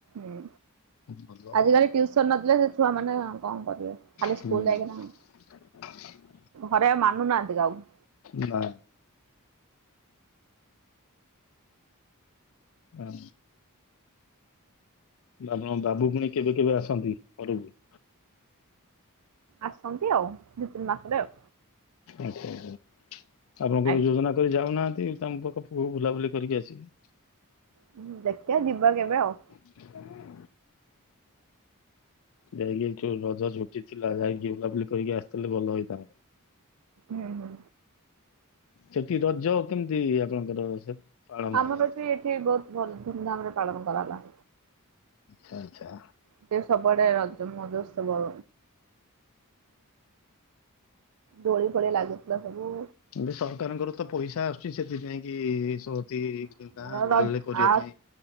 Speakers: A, on the right; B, on the left.
A: ହୁଁ।
B: ଭଲ ଆଉ
A: ଆଜିକାଲି ଟିୟୁସନ ନଥିଲେ ସେ ଛୁଆ ମାନେ କଣ କରିବେ ଖାଲି
B: ହୁଁ
A: ସ୍କୁଲ ଯାଇକିନା?
B: <inaudible>
A: ଘରେ ଆଉ ମାନୁନାହାନ୍ତି କାହାକୁ?
B: ନାଁ। ହଁ, ଆପଣଙ୍କ ବାବୁ ପୁଣି କେବେ କେବେ ଆସନ୍ତି ଘରକୁ?
A: ଆସନ୍ତି ଆଉ ଦିଇ ତିନି ମାସରେ ଆଉ
B: ଆଚ୍ଛା। ଆପଣ କେବେ
A: ଆଜ୍ଞା
B: ଯୋଜନା କରି ଯାଉନାହାନ୍ତି ତାଙ୍କ ପାଖକୁ ବୁଲାବୁଲି କରିକି ଆସିବେ?
A: ହୁଁ, ଦେଖିବା ଯିବା କେବେ ଆଉ?
B: ଇଚ୍ଛା ନାଇଁ ଆଉ ଯାଇକି ଯୋଉ ରଜ ଛୁଟି ଥିଲା ଯାଇକି ବୁଲାବୁଲି କରିକି ଆସିଥିଲେ ଭଲ ହେଇଥାନ୍ତା।
A: ହୁଁ, ହୁଁ।
B: ସେଠି ରଜ କେମିତି ଆପଣଙ୍କର ସେ ପାଳନ
A: ଆମରବି
B: ହେଲା?
A: ଏଠି ବହୁତ ଭଲ ଧୁମଧାମରେ ପାଳନ କରାହେଲା।
B: ହଁ ଆଚ୍ଛା।
A: ଏବେ ସବୁଆଡେ ରଜ ମଜ ମହୋତ୍ସବ। ଦୋଳି ଫୋଳି ଲାଗୁଥିଲା ସବୁ।
B: ଏବେ ସରକାରଙ୍କର ତ ପଇସା ଆସୁଛି ସେଥିପାଇଁକି ସଉତି ଗାଁ
A: ର
B: ଗହଳିରେ କରିବା
A: ଆ
B: ପାଇଁ